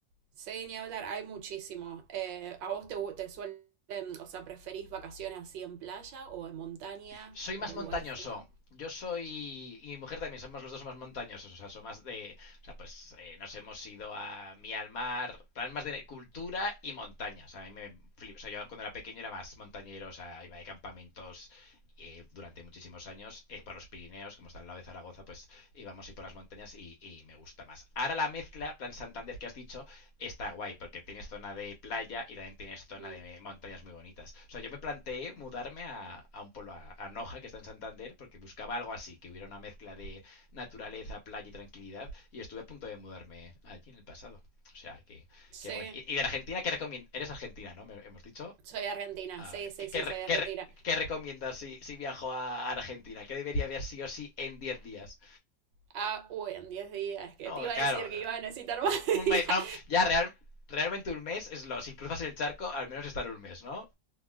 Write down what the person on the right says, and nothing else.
sí, ni hablar, hay muchísimo. Eh, ¿a vos te, gu- te suelen, o sea, preferís vacaciones así en playa o en montaña
o
lugares fríos?
Mm,
Sí,
soy argentina,
sí, sí,
sí, soy argentina.
Ah, uy, en 10 días, que
te iba
a decir que iba a necesitar más <laughs>
días.